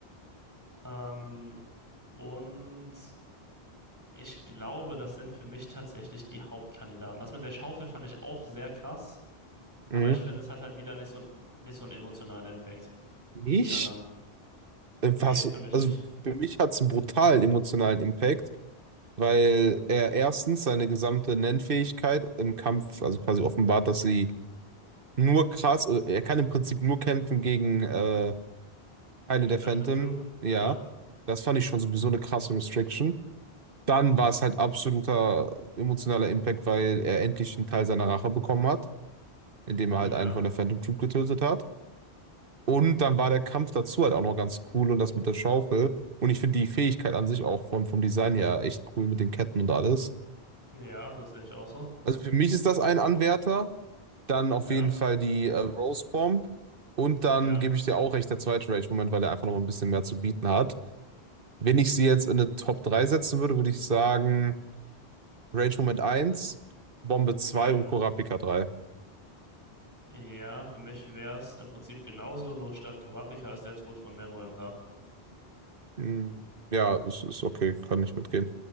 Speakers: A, on the right (about 15°); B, on the right (about 55°).
A: Ähm, und Ich glaube, das sind für mich tatsächlich die Hauptkandidaten. Das mit der Schaufel fand ich auch sehr krass, aber
B: Mhm.
A: ich finde, es hat halt wieder nicht so, nicht so einen emotionalen Impact
B: Nicht?
A: wie die anderen.
B: äh,
A: Nee,
B: was,
A: für mich
B: also
A: nicht.
B: für mich hat es einen brutalen emotionalen Impact, weil er erstens seine gesamte Nennfähigkeit im Kampf, also quasi offenbart, dass sie nur krass, äh, er kann im Prinzip nur kämpfen gegen äh, Teile
A: Die
B: der
A: Phantom
B: Phantom,
A: Troop,
B: ja.
A: ja,
B: Das fand ich schon sowieso eine krasse Restriction. Dann war es halt absoluter emotionaler Impact, weil er endlich einen Teil seiner Rache bekommen hat, indem er
A: ja,
B: halt einen von der Phantom Troop getötet hat. Und dann war der Kampf dazu halt auch noch ganz cool und das mit der Schaufel. Und ich finde die Fähigkeit an sich auch vom, vom Design her echt cool mit den Ketten und alles.
A: ja, das sehe ich auch so.
B: Also für mich ist das ein Anwärter. Dann auf
A: Ja,
B: jeden Fall die äh, Rose Bomb. Und dann
A: ja,
B: gebe ich dir auch recht, der zweite Rage-Moment, weil er einfach noch ein bisschen mehr zu bieten hat. Wenn ich sie jetzt in eine Top drei setzen würde, würde ich sagen Rage-Moment eins Bombe zwei
A: ja,
B: und Kurapika drei
A: ja, für mich wäre es im Prinzip genauso, nur statt Kurapika ist der Tod von Meruem da.
B: Hm, ja, ist, ist okay, kann ich mitgehen.